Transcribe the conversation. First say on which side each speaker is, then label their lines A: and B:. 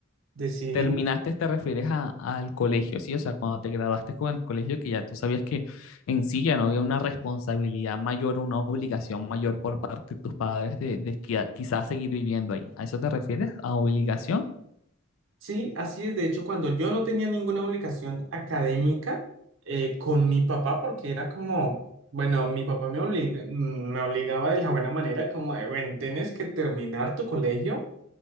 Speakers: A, on the right (about 65°); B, on the left (about 80°).
A: decidí,
B: Terminaste, te refieres a- al colegio, ¿sí? O sea, cuando te graduaste con el colegio, que ya tú sabías que en sí ya no había una responsabilidad mayor, una obligación mayor por parte de tus padres de, de qui- quizás seguir viviendo ahí. ¿A eso te refieres? ¿A obligación?
A: sí, así es, de hecho, cuando yo no tenía ninguna obligación académica eh, con mi papá, porque era como, bueno, mi papá me obliga, mm, me obligaba de la buena manera, como de, bueno, tienes que terminar tu colegio